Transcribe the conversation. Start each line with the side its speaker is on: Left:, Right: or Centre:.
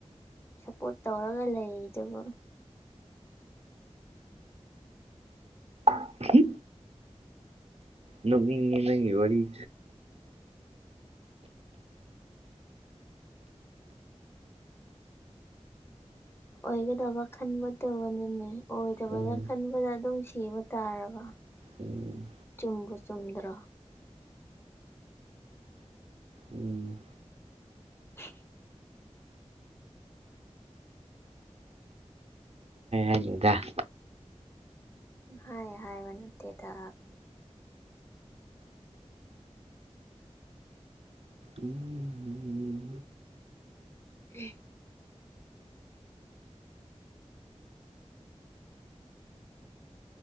Left: ꯁꯞꯄꯣꯔꯠ ꯇꯧꯔꯒ ꯂꯩ ꯑꯗꯨꯕꯨ
Right: ꯐꯈꯤ ꯅꯣꯛꯅꯤꯡꯉꯤ ꯅꯪꯒꯤ ꯋꯥꯔꯤꯦ
Left: ꯑꯣꯏꯒꯗꯕ ꯈꯟꯕ ꯇꯧꯕꯅꯤꯅꯦ ꯑꯣꯏꯗꯕꯗ
Right: ꯎꯝ
Left: ꯈꯟꯕꯗ ꯑꯗꯨꯝ ꯁꯤꯕ ꯇꯥꯔꯔꯕ
Right: ꯎꯝ
Left: ꯇꯨꯝꯕꯨꯨ ꯁꯨꯝꯗ꯭ꯔ
Right: ꯎꯝ
Left: <inaudible>
Right: ꯊꯗ
Left: ꯍꯥꯏ ꯍꯥꯏꯕ ꯅꯠꯇꯦꯗ
Right: ꯎꯝꯝ
Left: ꯎꯝ